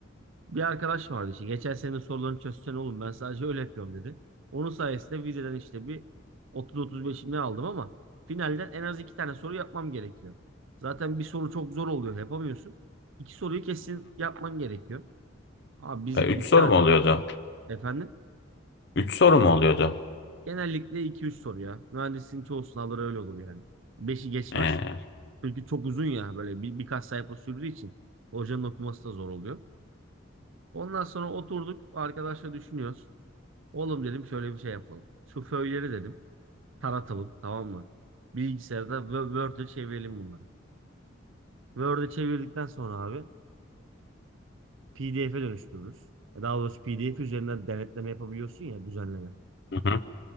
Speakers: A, on the right; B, on the left.
A: Bir arkadaş vardı işte. Geçen sene sorularını çözsen oğlum ben sadece öyle yapıyorum dedi. Onun sayesinde vizeden işte bir 30-35'im ne aldım ama finalden en az iki tane soru yapmam gerekiyor. Zaten bir soru çok zor oluyor yapamıyorsun. İki soruyu kesin yapman gerekiyor. Abi biz
B: E,
A: iki
B: üç soru
A: arkadaş
B: mu oluyordu?
A: efendim
B: Üç soru mu oluyordu?
A: genellikle iki üç soru ya. Mühendisliğin çoğu sınavları öyle olur yani. beşi geçmez.
B: E,
A: Çünkü çok uzun ya böyle bir, birkaç sayfa sürdüğü için hocanın okuması da zor oluyor. Ondan sonra oturduk arkadaşla düşünüyoruz. Oğlum dedim şöyle bir şey yapalım. Şu föyleri dedim taratalım tamam mı? Bilgisayarda Wo- Word'e çevirelim bunları. Word'e çevirdikten sonra abi PDF'e dönüştürürüz. E, Daha doğrusu PDF üzerinden denetleme yapabiliyorsun ya düzenleme.
B: hı hı.